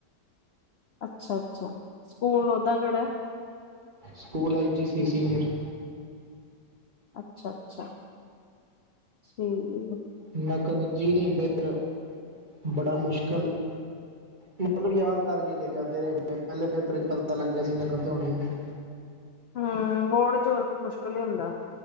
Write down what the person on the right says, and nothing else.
ਸਕੂਲ ਐਈ ਜੀ ਸੀ ਸੀਨੀਅਰ।
ਨਕਲ ਵੱਜੀ ਨਹੀਂ ਫੇਰ ਬੜਾ ਮੁਸ਼ਕਿਲ ਮਤਲਬ ਯਾਦ ਕਰਕੇ ਜਾਂਦੇ ਰਹੇ ਪਹਿਲੇ ਪੇਪਰ ਚ ਪਤਾ ਲੱਗਿਆ ਸੀ ਨਕਲ ਤੇ ਹੋਣੀ ਨਹੀਂ।